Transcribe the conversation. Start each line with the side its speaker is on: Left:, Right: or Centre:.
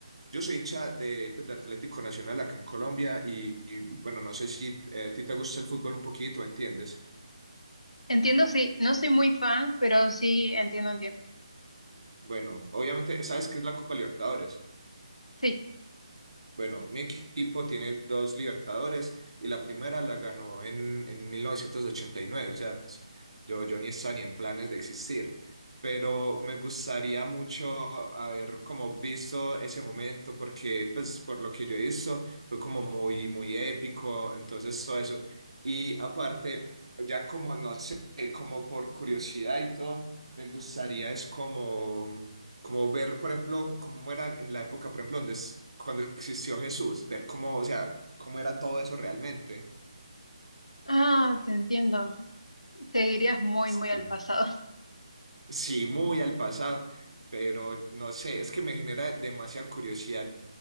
Right: yo soy hincha de, pues, de Atlético Nacional acá en Colombia y, y, bueno, no sé si eh, a ti te gusta el fútbol un poquito, ¿entiendes?
Left: Entiendo, sí. No soy muy fan, pero sí entiendo, entiendo.
Right: Bueno, obviamente, ¿sabes qué es la Copa Libertadores?
Left: Sí.
Right: Bueno, mi equipo tiene dos Libertadores y la primera la ganó en, en 1989. o sea, yo, yo ni estaba ni en planes de existir, pero me gustaría mucho haber como visto ese momento porque, pues, por lo que yo he visto, fue como muy, muy épico, entonces todo eso. Y aparte, ya como, no sé, como por curiosidad y todo, me gustaría es como como ver, por ejemplo, cómo era en la época, por ejemplo, donde es- cuando existió Jesús, ver cómo, o sea, cómo era todo eso realmente.
Left: Ah, te entiendo. Te irías muy,
Right: Sí.
Left: muy al pasado.
Right: Sí, muy al pasado, pero no sé, es que me genera demasiada curiosidad